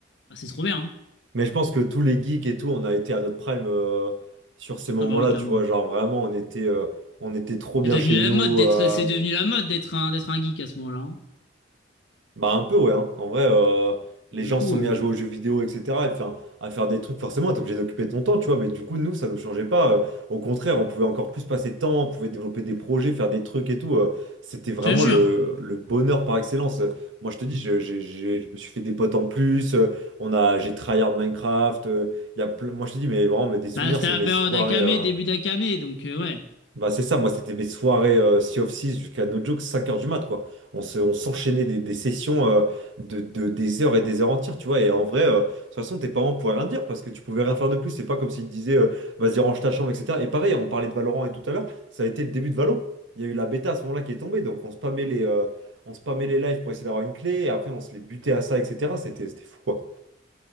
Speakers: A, on the left (about 70°); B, on the right (about 85°).
A: ah, c'est trop bien. hein.
B: Mais je pense que tous les geeks et tout, on a été à notre prime euh, sur ces moments-là,
A: Ah bah oui, clairement.
B: tu vois. Genre vraiment, on était, euh, on était trop bien
A: C'est devenu
B: chez
A: la
B: nous.
A: mode d'être,
B: euh,
A: c'est devenu la mode d'être un, d'être un geek à ce moment-là. hein.
B: Bah un peu ouais, hein. En vrai, euh, les
A: Pour le
B: gens
A: coup,
B: se sont
A: euh,
B: mis à jouer aux jeux vidéo, etc. Et enfin, à faire des trucs, forcément, t'es obligé d'occuper ton temps, tu vois. Mais du coup, nous, ça ne changeait pas. euh, au contraire, on pouvait encore plus passer de temps, on pouvait développer des projets, faire des trucs et tout. euh, c'était vraiment
A: je te jure.
B: le, le bonheur par excellence. Euh, Moi, je te dis, je, j'ai- j'ai- je me suis fait des potes en plus. euh, on a, j'ai tryhard Minecraft. euh, il y a plein- moi, je te dis, mais vraiment, mais des souvenirs,
A: Bah, c'était
B: c'est
A: la
B: mes
A: période
B: soirées.
A: Akame,
B: euh,
A: début d'Akame, donc euh, ouais.
B: bah c'est ça, moi c'était mes soirées euh, Sea of six jusqu'à no joke 5 heures du mat quoi. On se, on s'enchaînait des, des sessions euh, de, de- des heures et des heures entières, tu vois. Et en vrai, euh, de toute façon, tes parents pouvaient rien dire parce que tu pouvais rien faire de plus. C'est pas comme s'ils te disaient euh, vas-y, range ta chambre, etc. Et pareil, on parlait de Valorant et tout à l'heure, ça a été le début de Valo. Il y a eu la bêta à ce moment-là qui est tombée, donc on spammait les, euh, on spammait les lives pour essayer d'avoir une clé, et après on se les butait à ça, etc. C'était, c'était fou quoi.